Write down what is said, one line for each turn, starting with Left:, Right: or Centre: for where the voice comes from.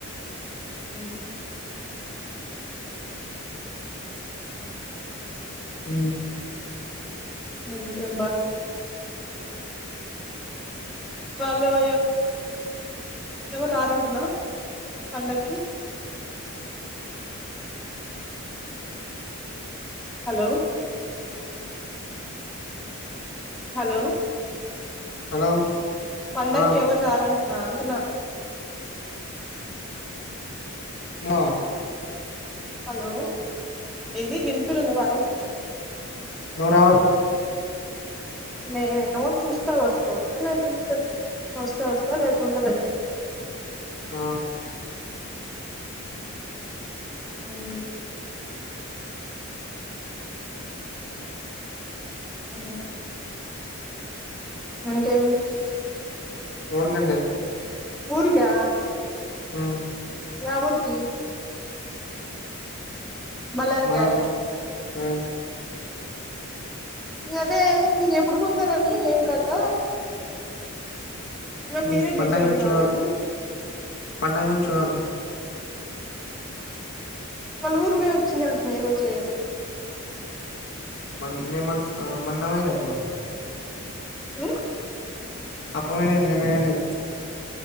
Centre: హ
Left: అ
Centre: ఇంకేం బ వాళ్ళయో ఎవరు రారంటనా పండక్కి హలో హలో
Left: హలో
Centre: పండగకి
Left: ఆ
Centre: ఎవరు రారంటనా అంటనా
Left: న్నావ
Centre: హలో ఏంది వినిపిలే నీ వాయిసు
Left: నూరావర్
Centre: నేనా మో చూస్తా వస్తా వస్తా లేకుంటే లేదు వస్తా వస్తా లేకు ఉండలే
Left: ఆ
Centre: హ్మ్ అ ఇంకేమి
Left: మరు గంటే
Centre: ఊరికా
Left: ఆ
Centre: యా ఊరికి మల్లారిక
Left: మళ్ళ అరికి ఆ
Centre: అదే మీరు ఎప్పుడు పోతారని ఏం కథ నా
Left: ఈ
Centre: మీరే
Left: పండగని
Centre: డిసైడ్
Left: చూడ
Centre: కాలేదు
Left: పండగని చూడాల
Centre: వాళ్ళ ఊరుకు పోయి వచ్చినారు అంటేనే ఈరోజు నేను
Left: మ నే మ మన్న పోయినప్పుడు
Centre: ఉ
Left: అప్పు <unintelligible>